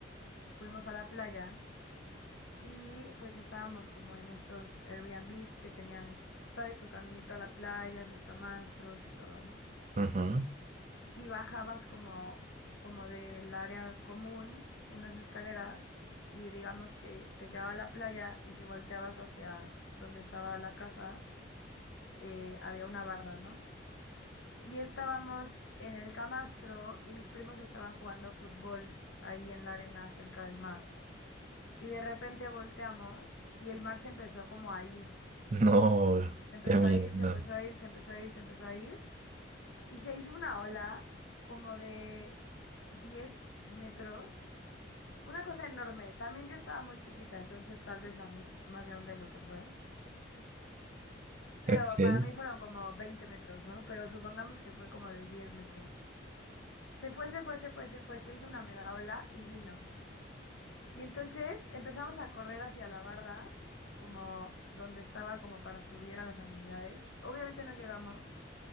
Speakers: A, on the left; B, on the right.
A: fuimos a la playa y pues estábamos como en estos Airbnbs que tenían, ¿sabes? Su caminito a la playa, sus camastros y todo, ¿no?
B: Ujú.
A: Y bajabas como, como del área común, unas escaleras, y digamos que te quedaba la playa y si volteabas hacia donde estaba la casa eh, había una barda, ¿no? Y estábamos en el camastro y mis primos estaban jugando fútbol ahí en la arena cerca del mar. Y de repente volteamos y el mar se empezó como a ir.
B: <laughs> No,
A: Se empezó
B: qué miedo.
A: a ir, se empezó a ir, se empezó a ir, se empezó a ir. Y se hizo una ola como de 10 metros. Una cosa enorme. También yo estaba muy chiquita, entonces tal vez la mi- más grande de lo que fue. Pero
B: Ok.
A: para mí fueron como 20 metros, ¿no? Pero supongamos que fue como de 10 metros. Se fue, se fue, se fue, se fue, se hizo una mega ola y vino. Y entonces empezamos a correr hacia la barda, como donde estaba como para subir a las amenidades. Obviamente no llegamos.